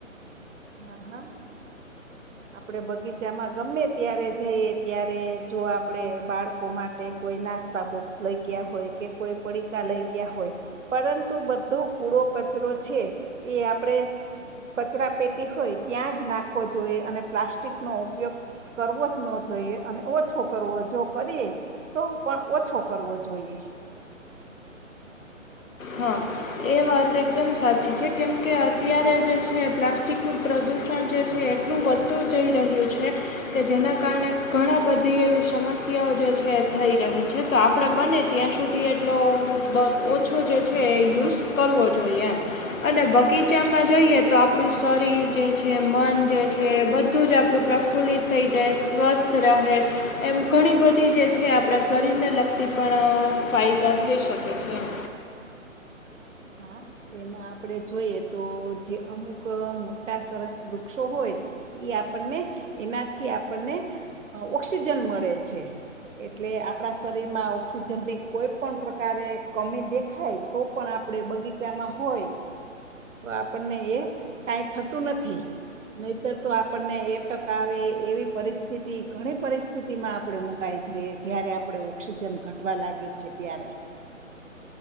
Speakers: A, on the right; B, on the left.
A: હા હા આપડે બગીચામાં ગમે ત્યારે જઈએ ત્યારે જો આપડે બાળકો માટે કોઈ નાસ તા બોક્સ લઈ ગયા હોય કે કોઈ પડીકા લઈ ગયા હોય પરંતુ બધો કુડો કચરો છે, એ આપડે કચરા પેટી હોય ત્યાં જ નાખવો જોઈએ અને પ્લાસ્ટિક નો ઉપયોગ કરવો ત નો જોઈએ અને ઓછો કરવો જો કરીએ તો પણ ઓછો કરવો જોઈએ.
B: હા એ વાત એકદમ સાચી છે, કેમ કે અત્યારે જે છે, પ્લાસ્ટિકનું પ્રદૂષણ જે છે, એ ટલું વધતું જઈ રહ્યું છે, કે જેના કારણે ઘણા બધી એવી સમસ્યાઓ જે છે થઈ રહી છે, તો આપડે બને ત્યાં સુધી એટલો બગ ઓછો જે છે. હે યુસ કરવો જોઈએ એમ અને બગીચામાં જઈએ તો આપણું શરીર જે છે મન જે છે, બધું તું જ આપણું પ્રફુલ્લિત થઈ જાય સ્વસ્થ રહે એમ ઘણી બધી જે છે, આપણા શરીરને લગતી પણ ફાયદા થઈ શકે છે, એમ
A: હા એમાં આપડે જોઈએ તો જે અમુક મોટા સરસ વૃક્ષો હોય એ આપણને એનાથી આપણને ઓક્સિજન મળે છે એટલે આપણા શરીરમાં ઓક્સિજન ની કોઈ પણ પ્રકારે કમી દેખાય તો પણ આપડે બગીચામાં હોય તો આપણને એ કઈ થતું નથી નહીતર તો આપણને એક ટક આવે એવી પરિસ્થિતિ ઘણી પરિસ્થિત સ્થિતિમાં આપડે મુકઈ જઈએ જયારે આપડણે ઓક્સિજન ઘટવા લાગે છે ત્યારે